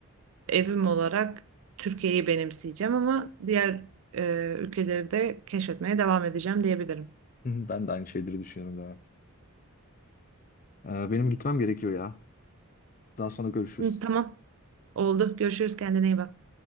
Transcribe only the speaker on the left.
Hı hı, Ben de aynı şeyleri düşünüyorum Levent. Ee, benim gitmem gerekiyor ya. Daha sonra görüşürüz.